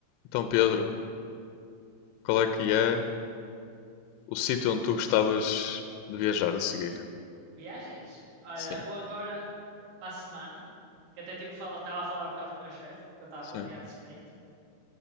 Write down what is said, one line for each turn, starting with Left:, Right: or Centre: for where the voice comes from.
Left: Então, Pedro, qual é que
Right: Olá.
Left: é o sítio onde tu gostavas de viajar a seguir?
Right: Viagens? Olha,
Left: Sim,
Right: vou agora para a semana, que até tive a estava a falar um bocado com o meu chefe, porque eu estava
Left: sim.
Right: a planear sprint,